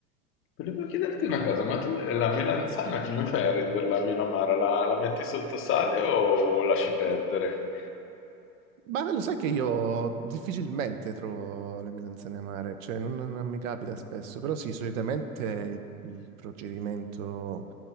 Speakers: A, on the left (about 30°); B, on the right (about 60°).
A: Volevo chiederti una cosa, ma tu la melanzana come fai a renderla meno amara? La, la metti sotto sale o lasci perdere?
B: Ma lo sai che io difficilmente trovo le melanzane amare, cioè non, non mi capita spesso, però sì, solitamente il, il procedimento